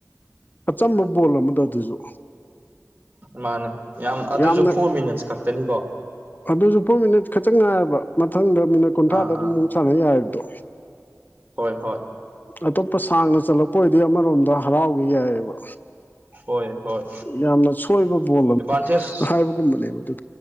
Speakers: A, on the left; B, on the right.
A: ꯑꯆꯝꯕ ꯕꯣꯜ ꯑꯃꯗ ꯑꯗꯨꯖꯨ
B: ꯃꯥꯅꯦ ꯌꯥꯝ ꯑꯗꯨꯁꯨ
A: ꯌꯥꯝꯅ
B: ꯐꯣꯔ ꯃꯤꯅꯠꯁ ꯈꯛꯇꯅꯤꯀꯣ
A: ꯑꯗꯨꯁꯨ ꯐꯣꯔ ꯃꯤꯅꯤꯠ ꯈꯇꯪ ꯉꯥꯏꯔꯕ ꯃꯊꯪꯗ ꯃꯤꯅꯠ ꯀꯨꯟꯊ꯭ꯔꯥꯗ
B: ꯑꯥ
A: ꯑꯗꯨ
B: ꯑꯥ
A: ꯃꯨꯛ ꯁꯥꯟꯅ ꯌꯥꯏꯕꯗꯣ
B: ꯍꯣꯏ ꯍꯣꯏ
A: ꯑꯇꯣꯞꯄ ꯁꯥꯡꯅ ꯆꯠꯂꯛꯄ ꯑꯣꯏꯗꯤ ꯑꯃꯔꯣꯝꯗ ꯍꯔꯥꯎꯒꯦ ꯌꯥꯏꯑꯕ
B: ꯍꯣꯏ ꯍꯣꯏ
A: ꯌꯥꯝꯅ ꯁꯣꯏꯕ ꯕꯣꯜ
B: ꯑꯦꯗꯚꯥꯟꯇꯦꯖ
A: ꯍꯥꯏꯕꯒꯨꯝꯕꯅꯦꯕ ꯑꯗꯨ